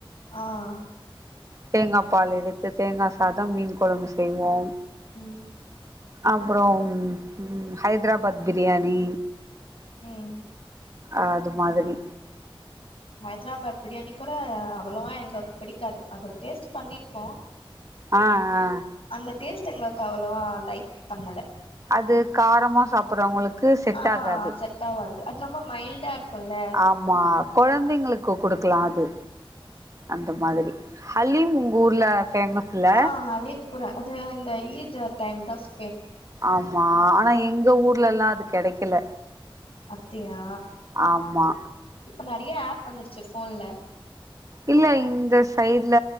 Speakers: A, on the left; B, on the right.
A: ஆ
B: தேங்கா பால் எடுத்து தேங்கா சாதம் மீன் கொழம்பு செய்வோம்
A: ம்
B: அப்புறோம் ஹைதராபாத் பிரியாணி
A: உம்
B: அது மாதிரி
A: ஹைதராபாத் பிரியாணி கூட அவ்வளவா எங்களக் பிடிக்காது அத டேஸ்ட் பண்ணிருக்கோ
B: ஆ, ஆ.
A: அந்த டேஸ்ட் எங்களுக்கு அவ்வளவா லைக் பங்கல
B: அது காரமா சாப்பிடுறவங்களுக்கு செட்
A: ஆ
B: ஆகாது
A: செட் ஆவாது அது ரொம்ப மைல்டா இருக்குல்ல
B: ஆமா கொழந்தைங்களுக்கு க்கு கொடு கிளாது அந்த மாதிரி ஹலீம் உங்க ஊர்ல ஃபேமஸ்ல?
A: ஆஹ் அலிம் குரா அது இந்த ஈது டைம் தா சொ
B: ஆமா ஆனா எங்க ஊர்லல்லா அதுக் கெடைக்கல
A: அப்டியா
B: ஆமா.
A: இப்ப நெறைய ஆப் வந்துருச்சே போன்ல
B: இல்ல இந்த சைட்ல